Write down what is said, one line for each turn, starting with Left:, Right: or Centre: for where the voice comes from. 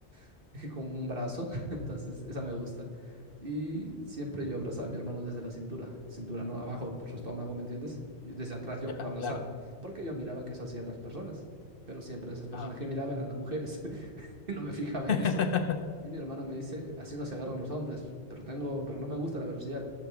Right: <laughs> con un brazo, <laughs> entonces esa me gusta. Y siempre yo abrazaba a mi hermano desde la cintura, cintura no abajo por su estómago, ¿me entiendes? Y desde atrás yo
Left: Ya,
Right: lo abrazaba,
Left: claro.
Right: porque yo miraba que eso hacían las personas, pero siempre esas personas
Left: Ah.
Right: que miraba eran las mujeres <laughs> y no me fijaba en
Left: <laughs>
Right: eso. Y mi hermano me dice, así no se agarran los hombres, pero tengo, pero no me gusta la velocidad.